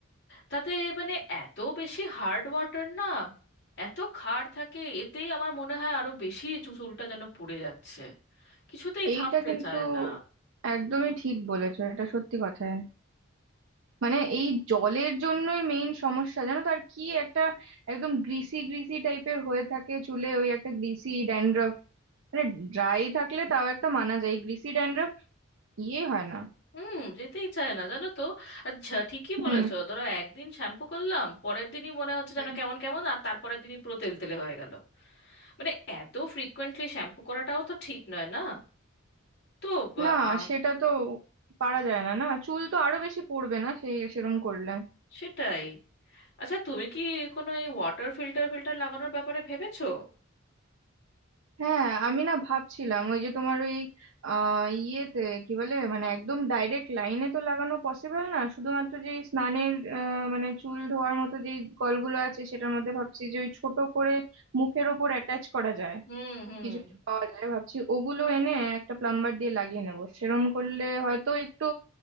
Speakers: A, on the left; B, on the right.
A: তাতে মানে এত বেশি হার্ড ওয়াটার না এত ক্ষার থাকে এতেই আমার মনে হয় আরো বেশি চু- চুলটা যেন পড়ে যাচ্ছে কিছুতেই
B: এইটা
A: থামতে
B: কিন্তু
A: চায় না
B: একদমই ঠিক বলেছো এটা সত্যি কথায় মানে এই জলের জন্যই মেইন সমস্যা জানো তো আর কি একটা একদম গ্রিসি গ্রিসি টাইপের হয়ে থাকে চুলে ওই একটা গ্রিসি ড্যান্ড্রফ মানে ড্রাই থাকলে তাও একটা মানা যায় গ্রিসি ড্যান্ড্রফ ইয়ে হয় না
A: হুম যেতেই চায় না জানো তো আচ্ছা ঠিকই
B: হুম
A: বলেছো ধরো একদিন শ্যাম্পু করলাম পরের দিনই মনে হচ্ছে
B: হুম।
A: যেন কেমন কেমন আর তারপরের দিনই পুরো তেল তেলে হয়ে গেল মানে এত ফ্রিকোয়েন্টলি শ্যাম্পু করাটাও তো ঠিক নয় না তো বা-
B: না
A: আ-
B: সেটা তো পারা যায় না না চুল তো আরো বেশি পড়বে না সেই সেরম করলে
A: সেটাই আচ্ছা তুমি কি কোনো এই ওয়াটার ফিল্টার ফিল্টার লাগানোর ব্যাপারে ভেবেছো
B: হ্যাঁ আমি না ভাবছিলাম ওই যে তোমার ওই আহ ইয়েতে কি বলে মানে একদম ডাইরেক্ট লাইনে তো লাগানো পসিবল না শুধুমাত্র যে স্নানের আহ, মানে চুল ধোয়ার মতো যেই কলগুলো আছে সেটার মধ্যে ভাবছি যে ওই ছোট করে মুখের ওপর অ্যাটাচ করা যায়
A: হুম হুম
B: কিছু কিছু পাওয়া যায় ভাবছি ওগুলো এনে একটা প্লাম্বার দিয়ে লাগিয়ে নেবো সেরম করলে হয়তো একটু